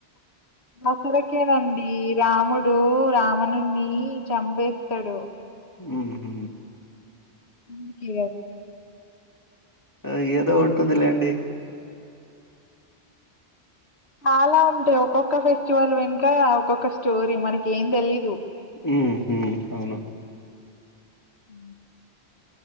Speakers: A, on the left; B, on the left.
A: అసురకేనండి రాముడు రావనున్ని చంపేస్తడు
B: ఊ హు
A: నంకి
B: అది ఏదో ఉంటుంది లేండి
A: ఆలా ఉంటయి. ఒక్కొక్క ఫెస్టివల్ వెనుక ఒక్కొక్క స్టోరీ మనకి ఏంతెలీదు.
B: ఉ హు అవును
A: ఊ